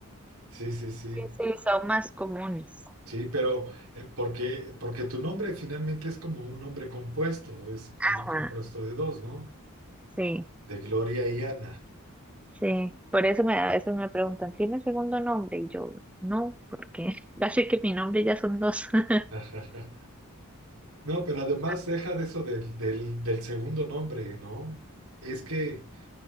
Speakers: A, on the right; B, in the centre.
A: sí, sí, sí,
B: Sí, sí, son más comunes.
A: sí, pero eh, porque, porque tu nombre finalmente es como un nombre compuesto, es como
B: Ajá,
A: un compuesto de dos, ¿no?
B: sí,
A: De Gloria y Ana.
B: sí. Por eso me, a veces me preguntan, ¿tiene segundo nombre? Y yo, no, porque <laughs> casi que mi nombre ya son dos. <laughs> Pero
A: <laughs> No, pero además
B: sí.
A: deja de eso del, del, del segundo nombre, ¿no? Es que